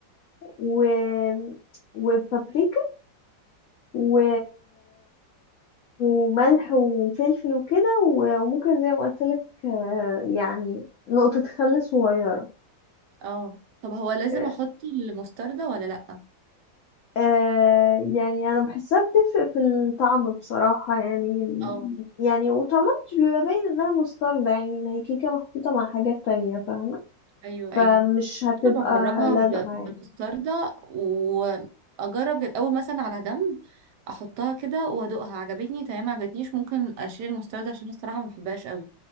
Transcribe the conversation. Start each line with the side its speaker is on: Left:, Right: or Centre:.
Left: و... وبابريكا و... وملح وفلفل وكده و- وممكن زي ما قلت لك آه، يعني نقطة خل صغيرة
Right: اه طب هو لازم
Left: آه،
Right: احط المستردة ولا لأ
Left: آه، يعني أنا بحسها بتفرق في الطعم بصراحة يعني
Right: اه
Left: يعني وطعمها مش بيبقى باين إنها مستردة يعني إن هي كيكة محطوطة مع حاجات تانية فاهمة
Right: ايوه ايوه
Left: فمش هتبقى
Right: انا بجربها
Left: لازعة
Right: ب- بمستردة
Left: يعني
Right: واجرب الاول مثلا على جنب احطها كده وادوقها عجبتني تمام ما عجبتنيش ممكن اشيل المستردة عشان الصراحة ما بحبهاش قوي